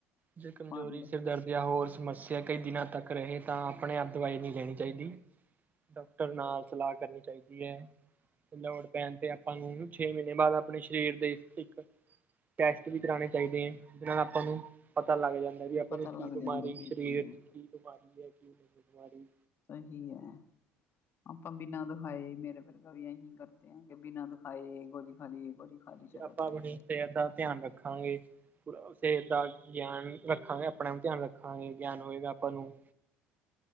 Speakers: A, on the right; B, on the left.
A: ਜੇ ਕਮਜ਼ੋਰੀ,
B: ਫਲ
A: ਸਿਰ ਦਰਦ ਜਾਂ ਹੋਰ ਸਮੱਸਿਆ ਕਈ ਦਿਨਾਂ ਤੱਕ ਰਹੇ ਤਾਂ ਆਪਣੇ ਆਪ ਦਵਾਈ ਨਹੀਂ ਲੈਣੀ ਚਾਹੀਦੀ। ਡਾਕਟਰ ਨਾਲ ਸਲਾਹ ਕਰਨੀ ਚਾਹੀਦੀ ਹੈ। ਲੋੜ ਪੈਣ ਤੇ ਆਪਾਂ ਨੂੰ ਛੇ ਮਹੀਨੇ ਬਾਅਦ ਆਪਣੇ ਸਰੀਰ ਦੇ ਇੱਕ ਟੈਸਟ ਵੀ ਕਰਾਉਣੇ ਚਾਹੀਦੇ ਹੈ। ਜਿਨਾਂ ਨਾਲ ਆਪਾਂ ਨੂੰ ਪਤਾ ਲੱਗ ਜਾਂਦਾ ਵੀ ਆਪਾਂ
B: ਪਤਾ
A: ਨੂੰ ਕੀ
B: ਲੱਗ
A: ਬਿਮਾਰੀ
B: ਜਾਂਦਾ ਬਿਲਕੁਲ
A: ਸਰੀਰ
B: ਬਿਲਕੁਲ
A: ਚ ਕੀ ਬਿਮਾਰੀ ਹੈ ਕੀ ਨਹੀਂ ਬਿਮਾਰੀ।
B: ਸਹੀ ਹੈ। ਆਪਾਂ ਬਿਨਾਂ ਵਖਾਏ ਮੇਰੇ ਵਰਗਾ ਵੀ ਇਹੀ ਕਰਦੇ ਆ ਕਿ ਬਿਨਾਂ ਦਿਖਾਏ ਗੋਲੀ ਖਾ ਲਈਏ ਗੋਲੀ ਖਾ ਲਈ ਚਲੋ
A: ਫੇਰ ਆਪਾਂ
B: ਚੱਲ
A: ਆਪਣੀ
B: ਜਾਏ
A: ਸਿਹਤ ਦਾ ਧਿਆਨ ਰੱਖਾਂਗੇ ਪੂਰਾ ਸਿਹਤ ਦਾ ਗਿਆਨ ਰੱਖਾਂਗੇ। ਆਪਣਾ ਵੀ ਧਿਆਨ ਰੱਖਾਂਗੇ ਗਿਆਨ ਹੋਏਗਾ ਆਪਾਂ ਨੂੰ